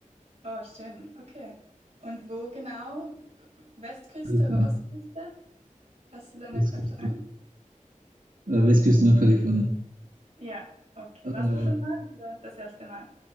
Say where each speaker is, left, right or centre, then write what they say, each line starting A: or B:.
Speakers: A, on the right; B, on the right.
A: Oh, schön, okay. Und wo genau? Westküste
B: Kalifornien,
A: oder Ostküste? Hast du da eine
B: Westküste,
A: Präferenz?
B: äh, Westküste nach Kalifornien.
A: Ja, okay.
B: Äh,
A: Warst du schon mal oder das erste Mal?